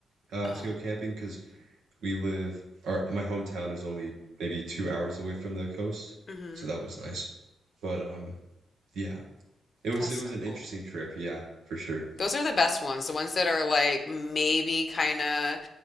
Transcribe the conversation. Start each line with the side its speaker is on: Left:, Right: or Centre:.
Right: uh
Left: Uh-huh.
Right: to go camping because we live our my hometown is only maybe two hours away from the coast,
Left: hmm
Right: so that was nice. But um, yeah, it was
Left: That's
Right: it
Left: so
Right: was an
Left: cool.
Right: interesting trip, yeah, for sure.
Left: Those are the best ones, the ones that are like maybe kind of